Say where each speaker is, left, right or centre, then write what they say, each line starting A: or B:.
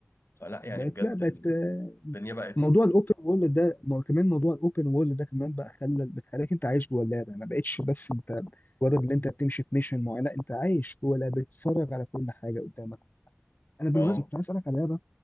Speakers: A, on the left; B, on the left.
A: فلأ
B: بقت
A: يعني بجد
B: لا بقت آه،
A: الدنيا بقت
B: موضوع الاوبن وورلد ده مو- كمان موضوع الاوبن وورلد ده كمان بقى خلى بتخليك انت عايش جوه اللعبه ما بقتش بس انت مجرد ان انت بتمشي في ميشن معينه لا انت عايش جوه اللعبه بتتفرج على كل حاجه قدامك انا بالمناسبه
A: آه
B: كنت عايز اسالك على لعبه